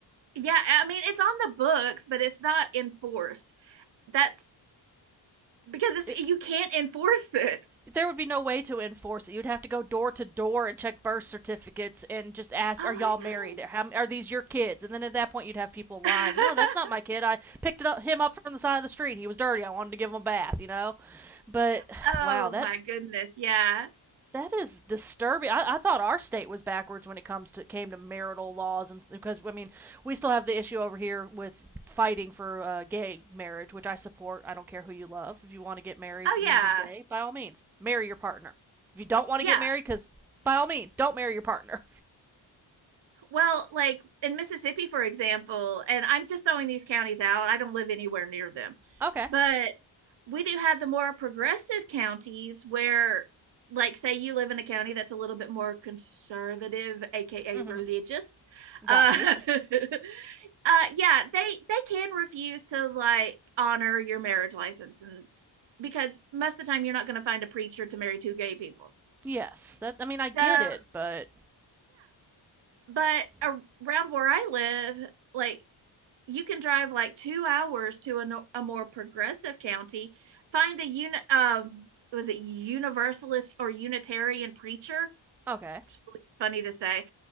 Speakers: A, on the right; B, in the centre.
A: Yeah. I mean, it's on the books, but it's not enforced. That's because it's,
B: It,
A: you can't enforce it.
B: there would be no way to enforce it. You'd have to go door to door and check birth certificates and just ask,
A: Oh,
B: "Are y'all married? Are, these your kids?" And then at that point, you'd have people lying,
A: I
B: "No, that's not
A: know.
B: my kid. I picked it up, him up from the side of the street. He was dirty. I wanted to give him a bath." You know, but
A: <laughs> oh,
B: wow, that
A: my goodness. Yeah.
B: that is disturbing. I, I thought our state was backwards when it comes to came to marital laws, and because I mean, we still have the issue over here with fighting for uh, gay marriage, which I support. I don't care who you love. If you want to get married
A: Oh,
B: and
A: yeah.
B: you're gay, by all means, marry your partner. If you don't want
A: Yeah.
B: to get married, because by all means, don't marry your partner.
A: Well, like in Mississippi, for example, and I'm just throwing these counties out, I don't live anywhere near them,
B: <laughs> okay.
A: but we do have the more progressive counties where like say you live in a county that's a little bit more conservative aka
B: Mm-hmm.
A: religious
B: Got
A: uh,
B: you.
A: <laughs> uh yeah they they can refuse to like honor your marriage license and because most of the time you're not going to find a preacher to marry two gay people
B: Yes. That. I mean, I get
A: so yeah
B: it, but
A: but around where i live like you can drive like two hours to a, no- a more progressive county, find a unit, um, was it Universalist or Unitarian preacher?
B: okay.
A: It's really funny to say,